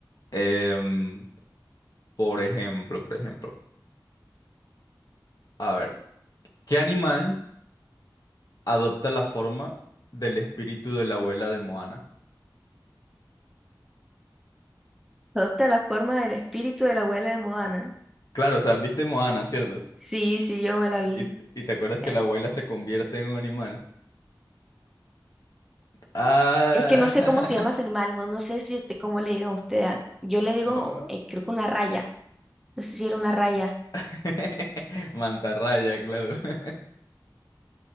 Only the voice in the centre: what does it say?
¿Adopta la forma del espíritu de la abuela de Moana?
Sí, sí, yo me la vi.
Eh,
Es que no sé cómo se llama ese animal, no no sé si usted, cómo le digan a usted. ah, Yo le digo,
eh, creo que una raya. No sé si era una raya.